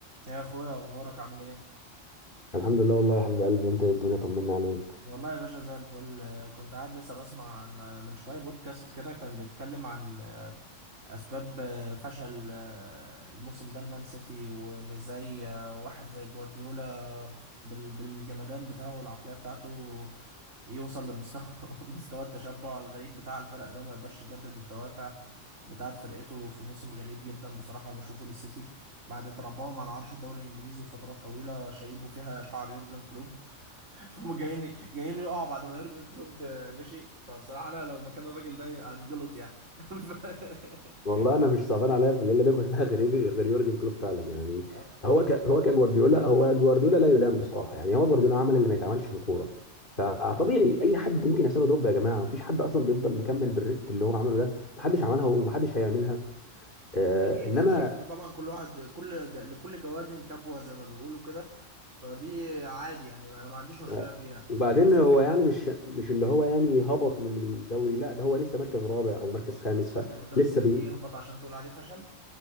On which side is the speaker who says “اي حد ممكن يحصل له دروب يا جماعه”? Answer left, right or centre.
Left